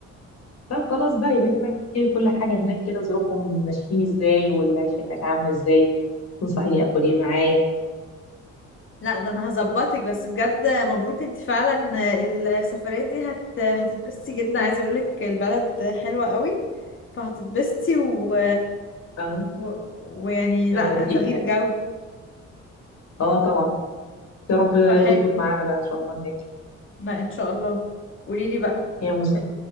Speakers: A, on the left; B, on the left.
A: طب خلاص بقى يبقى أنتي بقى تحكي لي كل حاجة هناك كده ظروفهم ماشيين ازاي والعيشة هناك عاملة ازاي تنصحيني آخد ايه معايا
B: <laughs> لا ده انا هظبطك بس بجد مبروك انتي فعلا السفريه دي هت... هتتبسطي جدا عايزه اقولك البلد حلوه قوي فهتتبسطي و...
A: اه
B: و... ويعني
A: الله
B: لا
A: يبارك فيك
B: تغيير
A: يا حياتي
B: جو
A: اه طبعا يا رب
B: فحلو
A: تظبط معانا بقى ان شاء الله هناك
B: لا ان شاء الله قولي لي بقى
A: يا موسى